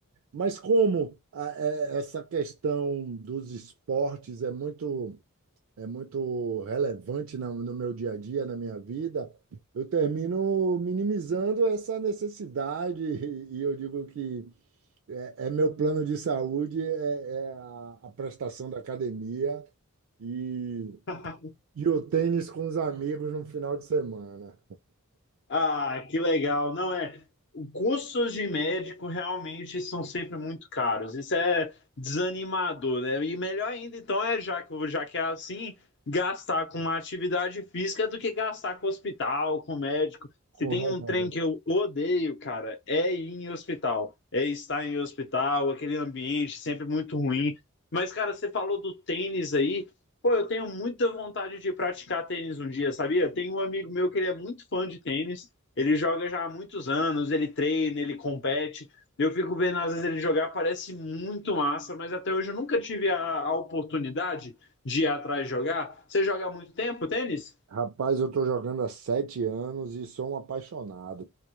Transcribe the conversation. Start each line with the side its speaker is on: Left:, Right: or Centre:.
Right: Mas como a- é- essa questão dos esportes é muito é muito relevante na- no meu dia a dia, na minha vida, eu termino minimizando essa necessidade <laughs> e, eu digo que é, é meu plano de saúde é, é a, a prestação da academia e,
Left: <laughs>
Right: e o tênis com os amigos no final de semana,
Left: Ah, que legal. Não é. Os Custos de médico realmente são sempre muito caros. Isso é desanimador, né? E melhor ainda, então, é já que, já que é assim, gastar com uma atividade física do que gastar com hospital, com médico. Se
Right: com
Left: tem
Right: o
Left: um trem que eu odeio, cara, é ir em hospital. É estar em hospital, aquele ambiente sempre muito ruim. Mas, cara, você falou do tênis aí. Pô, eu tenho muita vontade de praticar tênis um dia, sabia? Tem um amigo meu que ele é muito fã de tênis, ele joga já há muitos anos, ele treina, ele compete. Eu fico vendo às vezes ele jogar, parece muito massa, mas até hoje eu nunca tive a, a oportunidade de ir atrás jogar. Você joga há muito tempo tênis?
Right: Rapaz, eu estou jogando há sete anos e sou um apaixonado.